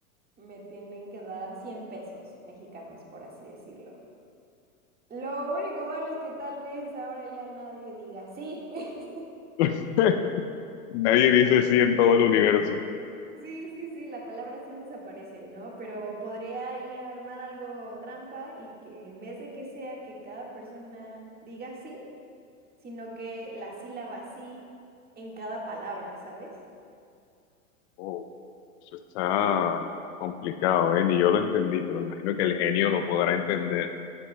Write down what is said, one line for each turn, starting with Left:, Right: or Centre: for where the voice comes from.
Right: me tienen que dar 100 pesos mexicanos, por así decirlo. Lo único malo es que tal vez ahora ya nadie diga sí. <laughs>
Left: <laughs> Nadie dice
Right: ¿Te
Left: sí en todo el universo.
Right: Sí, sí, sí, la palabra sí desaparece, ¿no? Pero podría ahí armar algo trampa y que en vez de que sea que cada persona diga sí, sino que la sílaba sí en cada palabra, ¿sabes?
Left: Oh. Eso está complicado, ¿eh? Ni yo lo entendí, pero imagino que el genio lo podrá entender.